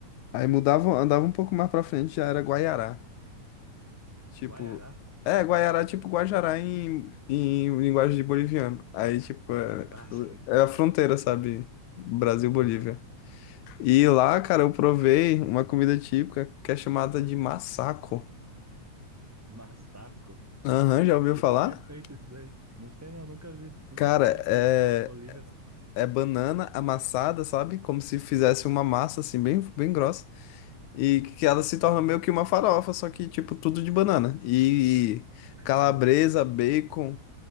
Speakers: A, on the left; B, in the centre.
A: Aí mudava, andava um pouco mais para frente, já era Guaiará. Tipo,
B: Guaiará?
A: é, Guaiará, é tipo Guajará em, em linguagem de boliviano. Aí, tipo, é,
B: Ah, <laughs> sim,
A: é a fronteira, sabe? Brasil-Bolívia.
B: aham.
A: E lá, cara, eu provei uma comida típica que é chamada de massaco.
B: Massaco,
A: Aham,
B: Que,
A: já ouviu
B: do
A: falar?
B: que que é feito isso daí? Não sei não, nunca vi. Nunca
A: Cara,
B: ficou fo-
A: é
B: pra Bolívia, né?
A: é banana amassada, sabe? Como se fizesse uma massa assim bem, bem grossa e que ela se torna
B: Aham.
A: meio que uma farofa, só que tipo tudo de banana. E
B: Caramba.
A: calabresa, bacon,